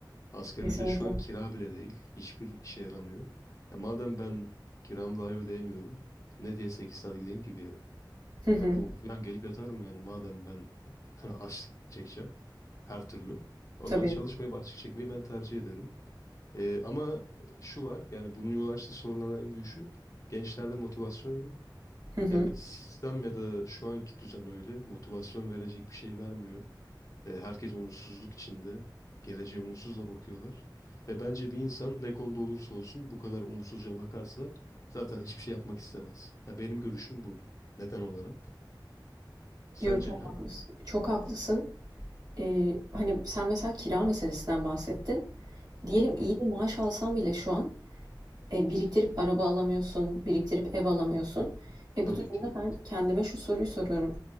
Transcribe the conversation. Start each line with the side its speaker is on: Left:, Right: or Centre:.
Left: Asgari
Right: kesinlikle.
Left: ücret şu an kira bile değil. Hiçbir işe yaramıyor. E madem ben kiramı dahi ödeyemiyorum. Ne diye 8 saat gideyim ki bir yere?
Right: Hı hı,
Left: Ya bu yani gelip yatarım yani madem ben <laughs> hani açlık çekeceğim her türlü. O
Right: tabii.
Left: zaman çalışmayıp açlık çekmeyi ben tercih ederim. Ee, ama e, şu var yani bunun yol açtığı sorunlardan en büyüğü şu. Gençlerde motivasyon yok.
Right: Hı hı.
Left: Yani sistem ya da şu anki düzen öyle motivasyon verecek bir şey vermiyor. Ee, herkes umutsuzluk içinde. Geleceğe umutsuzla bakıyorlar. Ve bence bir insan ne konuda olursa olsun bu kadar umutsuzca bakarsa zaten hiçbir şey yapmak istemez. Ya benim görüşüm bu. Neden olarak? Sence
Right: Yo, çok
Left: ne?
Right: haklısın. Çok haklısın. E, hani sen mesela kira meselesinden bahsettin. Diyelim
Left: Hı
Right: iyi
Left: hı.
Right: bir maaş alsam bile şu an E, biriktirip araba alamıyorsun, biriktirip ev alamıyorsun. E,
Left: Tabii
Right: bu durumda
Left: ki evet.
Right: ben kendime şu soruyu soruyorum.